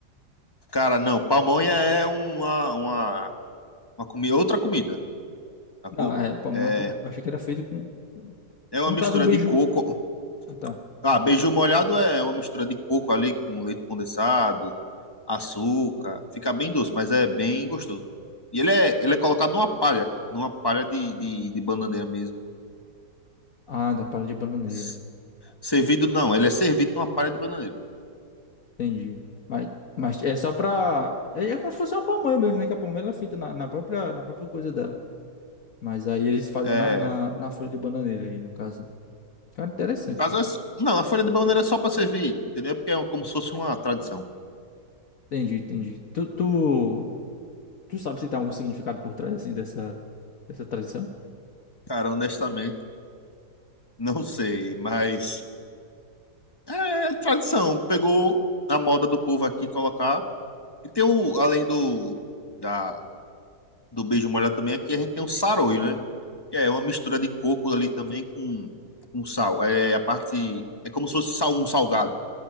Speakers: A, on the left; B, on the left.
A: Cara, não, pamonha é uma, uma, uma comida, outra comida, sacou?
B: Não, é pamonha.
A: É,
B: Eu comp- eu achei que era feito com, com-
A: é uma
B: No
A: mistura
B: caso, o beiju.
A: de coco.
B: Ah, tá.
A: Ah, beiju molhado é uma mistura de coco ali com leite condensado, açúcar. Fica bem doce, mas é bem gostoso. E ele é, ele é colocado numa palha, numa palha de, de, de bananeira mesmo.
B: Ah, da palha de bananeira.
A: S- Servido, não, ele é servido numa palha de bananeira.
B: Entendi. Mas, mas é só pra. É, é como se fosse uma pamonha mesmo, né? Que a pamonha ela é feita na, na própria, na própria coisa dela. Mas aí eles fazem
A: É,
B: na, na, na folha de bananeira aí, no caso. Cara, interessante,
A: No caso,
B: velho.
A: é só- não, a folha de bananeira é só para servir, entendeu? Porque é como se fosse uma tradição.
B: Entendi, entendi. Tu, tu, Tu sabe se tem algum significado por trás, assim, dessa, dessa tradição?
A: Cara, honestamente, não sei, mas é, é tradição. Pegou a moda do povo aqui colocar. E tem o, além do, da, do beijo molhado também, aqui a gente tem o saroio, né? Que é uma mistura de coco ali também com, com sal. É a parte. É como se fosse sal, um salgado,